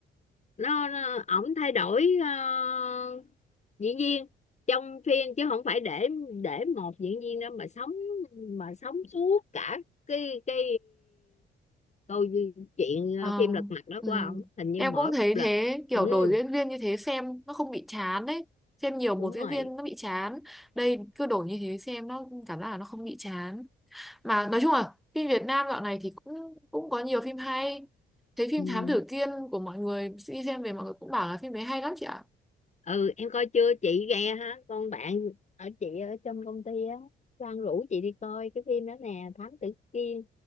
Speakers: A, on the left (about 35°); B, in the centre.
A: nó, nó ổng thay đổi ờ, diễn viên trong phim chứ không phải để để một diễn viên đó mà sống mà sống suốt cả cái cái câu chuyện
B: Ờ,
A: ờ, phim Lật Mặt đó
B: ừ.
A: của ông hình như
B: em
A: mỗi
B: cũng thấy
A: một lần
B: thế kiểu
A: ừ
B: đổi diễn viên như thế xem nó không bị chán đấy xem nhiều một
A: đúng
B: diễn
A: rồi
B: viên nó bị chán đây cứ đổi như thế xem nó cảm giác là nó không bị chán mà nói chung là phim Việt Nam dạo này thì cũng cũng có nhiều phim hay thấy phim
A: ừ.
B: Thám Tử Kiên của mọi người đi xem về mọi người cũng bảo là phim đấy hay lắm chị ạ
A: ừ em coi chưa chị ghe hả con bạn ở chị ở trong công ty á Sang rủ chị đi coi cái phim đó nè Thám Tử Kiên